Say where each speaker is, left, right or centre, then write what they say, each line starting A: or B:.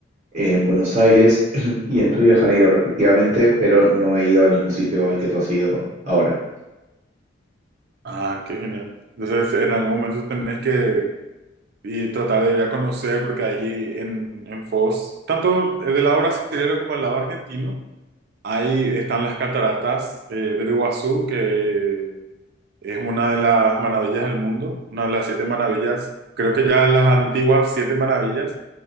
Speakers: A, on the right; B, on the right.
A: en Buenos Aires <clears throat> y en Río de Janeiro, respectivamente, pero no he ido al mismo sitio al que tú has ido ahora.
B: Ah, qué genial. Entonces, en algún momento tenés que y tratar de ir a conocer, porque ahí en, en Foz, tanto del lado brasileño como del lado argentino, Ahí están las cataratas eh, del Iguazú, que es una de las maravillas del mundo, una de las siete maravillas. Creo que ya las antiguas siete maravillas,